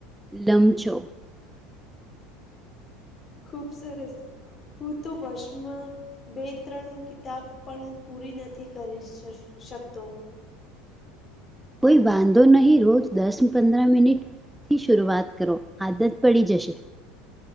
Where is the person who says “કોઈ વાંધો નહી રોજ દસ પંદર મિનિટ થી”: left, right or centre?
Centre